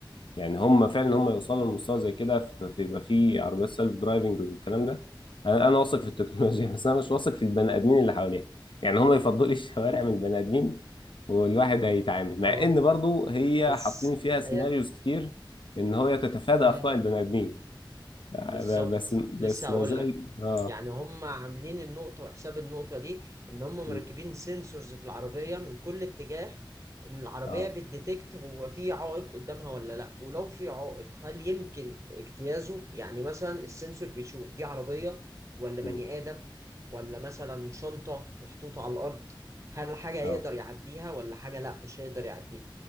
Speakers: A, on the left; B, on the right.
A: يعني هم فعلا
B: مم.
A: هم يوصلوا لمستوى زي كده في في- يبقى في عربيات سيلف درايفنج والكلام ده أنا أنا واثق في التكنولوجيا
B: مم.
A: <laughs> بس أنا مش واثق في البني آدمين اللي حواليها يعني هم يفضلوا لي الشوارع من البني آدمين والواحد هيتعامل مع
B: اه
A: إن برضو هي
B: بس
A: حاطين فيها سيناريوز
B: حياة
A: كتير إن هو تتفادى
B: مم،
A: أخطاء البني آدمين آه،
B: بالظبط
A: ب- بس بس
B: لسه هقول
A: ما زال
B: لك
A: آه
B: يعني هم عاملين النقطة وحساب النقطة دي ان هم
A: م،
B: مركبين سنسورز في العربية من كل اتجاه ان العربية
A: آه
B: بتديتكت هو في عائق قدامها ولا لا ولو في عائق هل يمكن اجتيازه يعني مثلا السنسور بيشوف دي عربية ولا بني
A: م،
B: آدم ولا مثلا شنطة محطوطة على الأرض هل حاجة يقدر
A: آه
B: يعديها ولا حاجة لا مش هيقدر يعديها